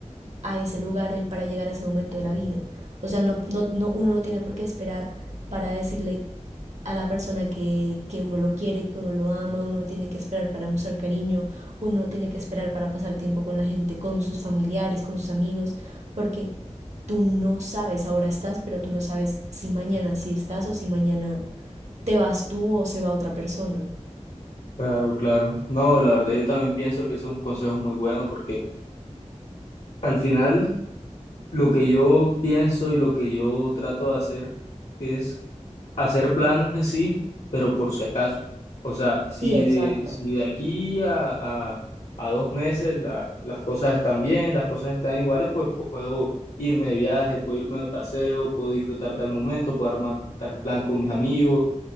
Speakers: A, on the right; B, on the left.
A: a ese lugar o para llegar a ese momento de la vida. O sea, no, no, no, uno no tiene por qué esperar para decirle a la persona que, que uno lo quiere, que uno lo ama, uno no tiene que esperar para mostrar cariño, uno no tiene que esperar para pasar tiempo con la gente, con sus familiares, con sus amigos, porque tú no sabes, ahora estás, pero tú no sabes si mañana sí estás o si mañana te vas tú o se va otra persona.
B: Claro, claro. No, la verdad yo también pienso que eso es un consejo muy bueno porque al final... Lo que yo pienso y lo que yo trato de hacer es hacer planes, sí, pero por si acaso. O sea, si
A: Sí, exacto.
B: de, si de aquí a, a- a dos meses la- las cosas están bien, las cosas están iguales, pues puedo irme de viaje, puedo irme de paseo, puedo disfrutar tal momento, puedo armar tal plan con mis amigos,